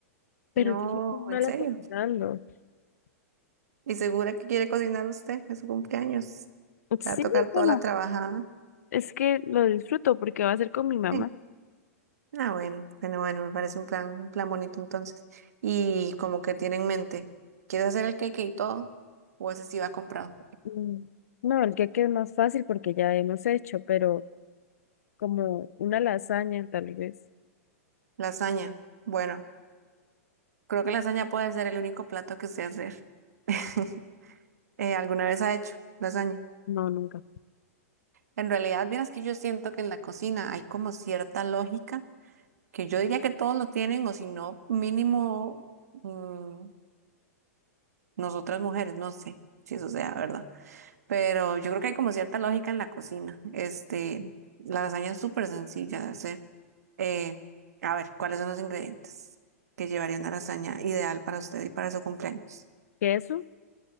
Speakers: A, on the left; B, on the right.
A: pero
B: No,
A: yo soy muy mala
B: en serio.
A: cocinando.
B: ¿Y segura que quiere cocinar usted en su cumpleaños? Te
A: Sí,
B: va a tocar toda
A: bueno,
B: la trabajada.
A: es que lo disfruto porque va a ser con mi mamá.
B: Sí. Ah, bueno, bueno, bueno, me parece un plan, un plan bonito entonces. Y como que tiene en mente, ¿quieres hacer el cake y todo? ¿O ese sí va comprado?
A: Mm, No, el que es más fácil porque ya hemos hecho, pero como una lasaña tal vez.
B: Lasaña. Bueno, creo que lasaña puede ser el único plato que sé hacer. <laughs> Eh, ¿alguna vez ha hecho lasaña?
A: No, nunca.
B: En realidad, vieras que yo siento que en la cocina hay como cierta lógica que yo diría que todos lo tienen o si no, mínimo mm, nosotras mujeres, no sé si eso sea verdad, pero yo creo que hay como cierta lógica en la cocina. Este, la lasaña es súper sencilla de hacer. Eh, a ver, ¿cuáles son los ingredientes que llevaría una lasaña ideal para usted y para su cumpleaños?
A: ¿Queso?